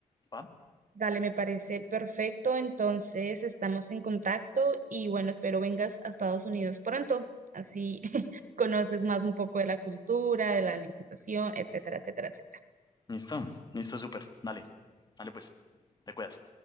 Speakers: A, on the left; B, on the right.
A: ¿Va?
B: Dale, me parece perfecto. Entonces estamos en contacto y bueno, espero vengas a Estados Unidos pronto. Así <laughs> conoces más un poco de la cultura, de la alimentación, etcétera, etcétera, etcétera.
A: Listo, listo, súper. Dale, dale pues, te cuidas.